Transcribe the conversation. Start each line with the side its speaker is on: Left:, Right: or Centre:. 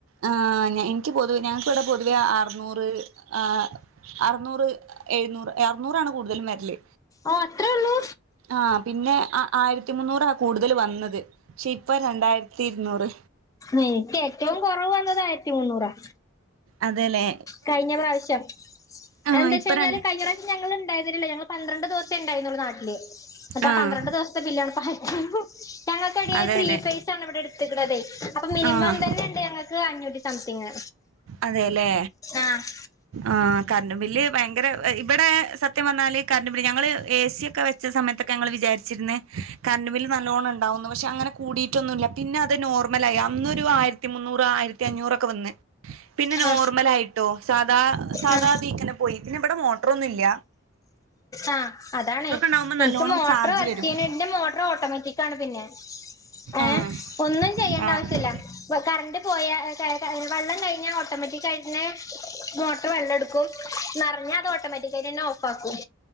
Right: ആഹ് ഞാൻ ഇനിക്ക് പൊതുവെ ഞങ്ങക്കിവിടെ പൊതുവെ അറ്ന്നൂറ് അ അറ്ന്നൂറ് എഴുന്നൂറ് അറ്നൂറാണ് കൂടുതലും വെരല്
Left: ഓഹ് അത്രേ ഒള്ളൂ
Right: ആഹ് പിന്നെ അ ആയിരത്തി മുന്നൂറാ കൂടുതല് വന്നത് പക്ഷെ ഇപ്പൊ രണ്ടായിരത്തി ഇര്ന്നൂറ്
Left: ഏഹ് ഇന്ക്ക് ഏറ്റവും കൊറവ് വന്നത് ആയിരത്തി മുന്നൂറാ
Right: അതേല്ലേ
Left: കഴിഞ്ഞ പ്രാവശ്യം
Right: ആഹ്
Left: അതെന്താ വെച്ചഴിഞ്ഞാല്
Right: ഇപ്പ ര
Left: കഴിഞ്ഞറാ ശ്യം ഞങ്ങള് ഇണ്ടായിര്ന്നില്ലല്ലോ ഞങ്ങള് പന്ത്രണ്ട് ദിവസേ ഇണ്ടായിര്ന്നൊള്ളു നാട്ടില് ഇന്നെട്ടാ
Right: ആഹ്
Left: പന്ത്രണ്ട് ദിവസ് ത്തെ ബില്ലാണ് ആയിരത്തി മുന്നൂർ ഞങ്ങള്ക്ക് എടീ
Right: അതെല്ലെ
Left: ത്രീ ഫേസാണ് ഇവിടെ എട്ത്ത്ക്ക്ണതെ അപ്പം മിനിമം
Right: ആഹ്
Left: തന്നെ ഇണ്ട് ഞങ്ങക്ക് അഞ്ഞൂറ്റി സംതിങ്
Right: അതേല്ലേ
Left: ആഹ്
Right: ആഹ് കരണ്ട് ബില്ല് ഭയങ്കര ഇവിടെ സത്യം പറഞ്ഞാല് കരണ്ട് ബില്ല് ഞങ്ങള് ഏസിയൊക്കെ വെ ച്ച സമയത്തൊക്കെ ഞങ്ങള് വിചാരിച്ചിര്ന്ന് കറന്റ്‌ ബില്ല് നല്ലോണ്ണം ഇണ്ടാവുന്ന് പക്ഷെ അങ്ങനെ കൂടീട്ടൊന്നും ഇല്ല പിന്നെ അത് നോർമലായി അന്നൊരു ആയിരത്തി മുന്നൂറ് ആയിരത്തി അഞ്ഞൂറൊക്കെ വന്ന് പിന്നെ നോർമലായിട്ടോ
Left: ആ
Right: സാദാ സാധതീക്കനെ
Left: ആ
Right: പോയി പിന്നെ ഇവിടെ മോട്ടറൊന്നും ഇല്ല
Left: ആഹ് അതാണേ
Right: ഉണ്ടാവുമ്പോ
Left: എനിക്ക്
Right: നല്ലോണം
Left: മോട്ടറ്
Right: ചാർജ്
Left: വർക്കെയ്യ്ണ്
Right: വരും
Left: ഇന്റെ മോട്ടറ് ഓട്ടോമാറ്റിക്കാണ് പിന്നെ ഏഹ്
Right: ആഹ്
Left: ഒന്നും ചെയ്യേണ്ട
Right: ആഹ്
Left: ആവശ്യം ഇല്ല കറണ്ട് പോയാ ക വെള്ളം കഴിഞ്ഞാ ഓട്ടോമാറ്റിക് ആയിട്ടെന്നെ മോട്ടർ വെള്ളം ഇട്ക്കും നെറഞ്ഞാ അത് ഓട്ടോമാറ്റി <unintelligible> ഓഫാക്കും